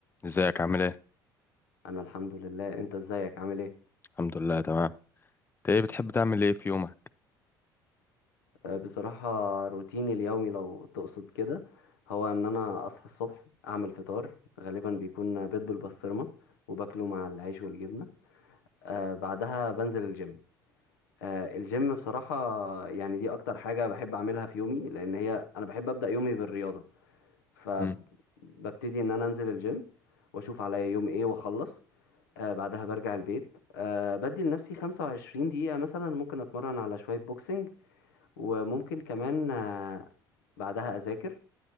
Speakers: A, on the left (about 20°); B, on the left (about 80°).
A: ازيك عامل ايه
B: انا الحمد لله انت ازيك عامل ايه
A: الحمد لله تمام انت ايه بتحب تعمل ايه في يومك
B: أه، بصراحة روتيني اليومي لو تقصد كده هو ان انا اصحى الصبح اعمل فطار غالبا بيكون بيض بالبسطرمة وباكله مع العيش والجبنة أه بعدها بنزل الجيم أه الجيم بصراحة يعني دي اكتر حاجة بحب اعملها في يومي لان هي انا بحب ابدأ يومي بالرياضة فببتدي
A: مم.
B: ان انا انزل الجيم واشوف عليا يوم ايه واخلص أه بعدها برجع البيت أه بدي لنفسي 25 دقيقة مثلا ممكن أتمرن على شوية بوكسنج وممكن كمان آه، بعدها اذاكر